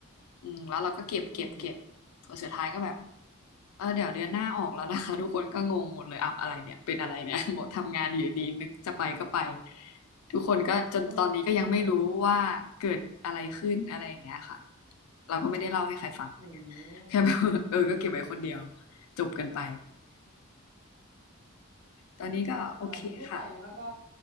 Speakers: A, on the left; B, on the right.
A: อืมแล้วเราก็เก็บเก็บเก็บ
B: อืม
A: ส่วนสุดท้ายก็แบบเออเดี๋ยวเดือนหน้าออกแล้วนะคะ <laughs> ทุกคนก็งงหมดเลยอ้าอะไรเนี่ยเป็นอะไรเนี่ย <laughs> บอกทำงานอยู่ดีนึกจะไปก็ไปทุกคนก็จนตอนนี้ก็ยังไม่รู้ว่าเกิดอะไรขึ้นอะไรอย่างเงี้ยค่ะ
B: อืมอืม
A: เราก็ไม่ได้เล่าให้ใครฟัง
B: อืม
A: <laughs> แค่แบบ <laughs> เออก็เก็บไว้คนเดียวจบกันไปตอนนี้ก็โอเคค่ะ
B: แต่บางทีพูดไปว่าก็